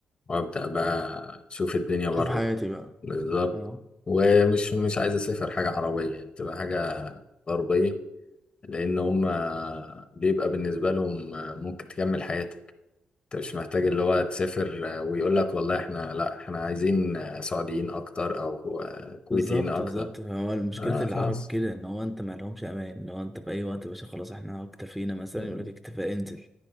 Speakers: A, on the left; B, in the centre.
A: وابدا بقى اشوف الدنيا بره
B: شوف حياتي بقى
A: بالظبط
B: اه
A: ومش مش عايز اسافر حاجه عربيه يعني تبقى حاجه غربيه لان هم بيبقى بالنسبه لهم ممكن تكمل حياتك انت مش محتاج اللي هو تسافر ويقول لك والله احنا لا احنا عايزين سعوديين اكتر او كويتيين
B: بالظبط
A: اكتر
B: بالظبط هو مشكله
A: آه
B: العرب
A: خلاص
B: كده ان هو انت ما لهمش امان ان هو انت في اي وقت يا باشا خلاص احنا اكتفينا مثلا
A: مم،
B: يقول لك اكتفاء انزل